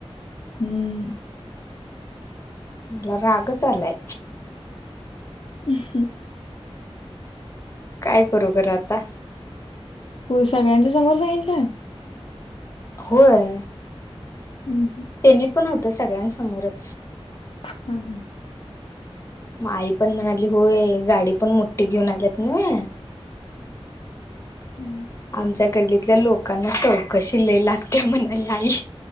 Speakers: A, on the left; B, on the left.
A: हम्म.
B: मला रागच आलाय.
A: <unintelligible>
B: काय बरोबर आता?
A: हो सगळ्यांच्या समोर सांगितला?
B: होय.
A: हम्म हम्म.
B: त्यांनी पण होतं सगळ्यांसमोरच.
A: हा हा.
B: आई पण म्हणाली होय गाडी पण मोठी घेऊन आल्यात नव्हे
A: हम्म <inaudible>
B: आमच्या गल्लीतल्या लोकांना चौकशी लय लागते म्हणाली आई